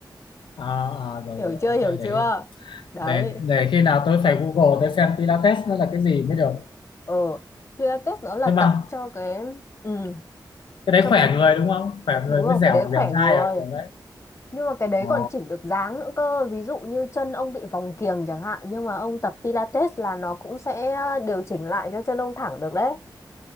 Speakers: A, on the left (about 85°); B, on the left (about 35°).
A: à, à rồi
B: hiểu
A: rồi
B: chưa
A: ok
B: hiểu
A: để
B: chưa đấy
A: để để khi nào tôi phải Google tôi xem Pilates nó là cái gì mới được
B: ờ pilates nó là
A: nhưng
B: tập
A: mà
B: cho cái ừ
A: cái
B: cho
A: đấy khỏe
B: cái
A: người đúng không khỏe
B: đúng
A: người
B: rồi
A: mới dẻo
B: cái đấy khỏe
A: dẻo dai
B: người
A: à kiểu đấy
B: nhưng mà cái đấy
A: ồ
B: còn chỉnh được dáng nữa cơ ví dụ như chân ông bị vòng kiềng chẳng hạn nhưng mà ông tập pilates là nó cũng sẽ ờ, điều chỉnh lại cho chân ông thẳng được đấy